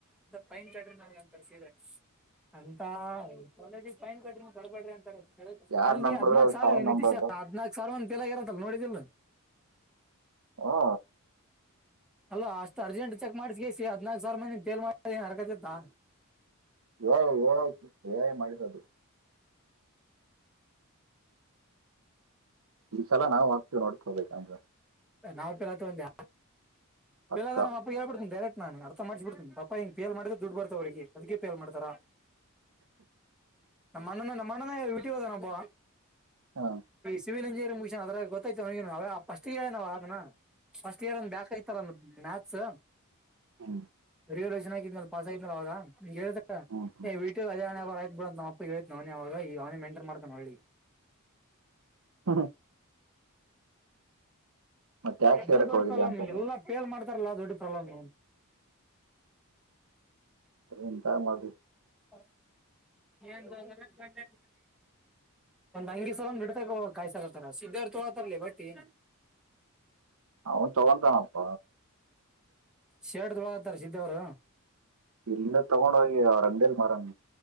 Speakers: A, in the centre; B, on the right.
A: ಫೈನ್ ಕಟ್ರಿ ನನ್ಗೆ ಅಂತ ಸೀ ಅಂತ ಕಾಲೇಜ ಫೈನ್ ಕಟ್ರಿ ಕರ್ಬೇಡ್ರಿ ಅಂತಾರ
B: ಯಾರ್
A: ಅಲ್ಲಿ
B: ನಂಬಿದ್ರು
A: ಹದ್ನಾಕ್ ಸಾವಿರ
B: ಸಾಯಿ ನಂಬಲ್ರು
A: ನಿತೀಶ ಹದ್ನಾಕ್ ಸಾವಿರ ಮಂದಿ ಫೇಲಾಗಿರ ನೋಡಿ ಇಲ್ಲ
B: ಹಾ
A: ಅಲ್ಲ ಅಷ್ಟು ಅರ್ಜೆಂಟ್ ಚೆಕ್ ಮಾಡ್ಸಸ ಹದ್ನಾಕ್ ಸಾವಿರ ಮಂದಿ ಪೇಲ್ ಮಾಡ ಹರಕತಿತ್ತ
B: ಏಯ್ತು ಏ ಮಾಡಿರೋದು ಈ ಸಲ ನಾವು ಹಾಕ್ತೀವಿ ನೋಡ್ಕೋಬೇಕಂಗ
A: ನಾವ ಪರತ್ ಒಂದ್ಯಾ
B: ಪಕ್ಕ
A: ಫೇಲಾದ್ರ ನಮ್ಮಪ್ಪ ಹಳ್ ಬಿಡ್ತನ ಡೆರೆಕ್ಟ್ ನಾನ್ ಅರ್ಥ ಮಾಡ್ಬ ಬಿಡ್ತೀನ ಪಪಾ ಹಿಂಗ ಪೇಲ್ ಮಾಡ್ರ ದುಡ್ ಬರ್ತಾವ ಅವ್ರಿಗೆ ಅದಕ್ಕೆ ಪೇಲ್ ಮಾಡ್ತಾರ ನಮ್ಮಣ್ಣ ನಮ್ಮಣ್ಣನ ಯೂಟ್ಯೂಬ ಅದನ್ನು ಒಬ್ಬವ
B: ಹ್ಮ್
A: ಸಿವಿಲ್ ಇಂಜಿನಿಯ ಮುನ್ ಅದ್ರಾಗ ಗೊತ್ತೈತನ ಫಸ್ಟ್ ಹೇಳಣ್ಣ ನ್ ಫಸ್ಟ್ ಒಂದ ಬ್ಯಾಕ್ ರ ಮ್ಯಾಕ್ಸ್
B: ಹ್ಮ್
A: ರಿ ಚನಾಗಿದ್ನ ಪಾಸ್ ಆನ ಅವಾಗ ಹೇಳ
B: ಹ್ಮ್ ಹ್ಮ್
A: ಯು ಟ್ಟು ಅದೇ ಹೆ ಆಯ್ತ್ ಬಿಡ ನ ಹೇಳನ ಅವನ ಅವಾಗ ಈಗ ಅವನೇ ಮೇಂಟೈನ್ ಮಾಡ್ತಾನ ಹಳ್ಳಿ
B: ಹ್ಮ ಮತ್ತೆ ಯಾಕೆ
A: ಅದೇ
B: ಸೇರಕ್
A: ದೊಡ್ಡ
B: ಹೋಗಿದೆ
A: ಪ್ರಲಮ್
B: ಅಂತ ನೀವು
A: ಎಲ್ಲಾ ಪೇಲ್ ಮಾಡ್ತಾರಲ್ಲಾ ದೊಡ್ಡ ಪ್ರಲಮ್
B: ಅ ಎಂತ ಮಾಡ
A: <unintelligible> ಒಂದ್ ಅಂಗಿ ಸಲ ಬಿಡ್ತಕ ಕಾಯಿ ಸಾಕತಾರ ಸಿದ್ದರ್ ತೊತರ್ಲಿ ಬಟ್ಟಿ
B: ಅವನ್ ತಗೊಂತಾನಪ್ಪ
A: ಶರ್ಟ್ ತೋಳತ್ತಾರ ಸಿದ್ದ ಅವರು
B: ಇಲ್ಲಿಂದ ತಗೊಂಡ ಹೋಗಿ ಅವ್ರಅಂಗಡಿಲಿ ಮರಮ್